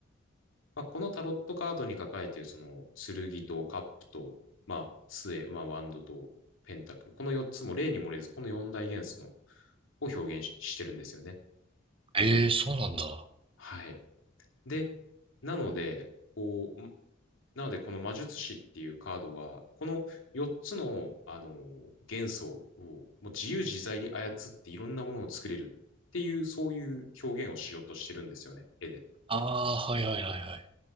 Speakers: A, on the left; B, on the right.
A: まあ、このタロットカードに抱かれているその剣とカップと、まあ、杖、まあ、ワンドとペンタクル。この4つも例に漏れず、この4大元素のを表現ししてるんですよね。
B: ええ、そうなんだ。
A: はい。で、なので、こう、なのでこの魔術師っていうカードは、この4つの、あのー、元素をもう自由自在に操っていろんなものを作れるっていう、そういう表現をしようとしてるんですよね、絵で。
B: ああ、はいはいはいはい。